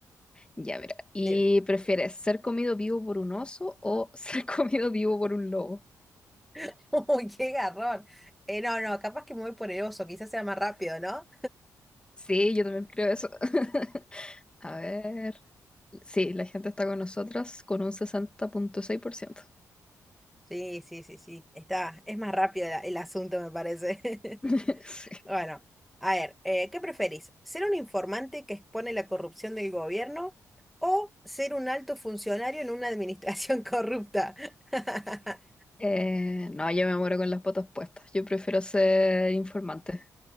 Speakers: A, on the left; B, in the centre.
A: Ya, mira. ¿Y
B: Dime.
A: prefieres ser comido vivo por un oso o ser <laughs> comido vivo por un lobo?
B: <laughs> Uy, qué garrón. Eh, no, no, capaz que me voy por el oso, quizás sea más rápido, ¿no?
A: Sí, yo también creo eso. <laughs> A ver. Sí, la gente está con nosotros con un sesenta punto seis por ciento.
B: Sí, sí, sí, sí. Está, es más rápido la- el asunto, me parece. <laughs>
A: <laughs> Sí.
B: Bueno, a ver, eh, ¿qué preferís? ¿Ser un informante que expone la corrupción del gobierno o ser un alto funcionario en una administración <laughs> corrupta? <laughs>
A: Eh, no, yo me muero con las botas puestas. Yo prefiero ser informante.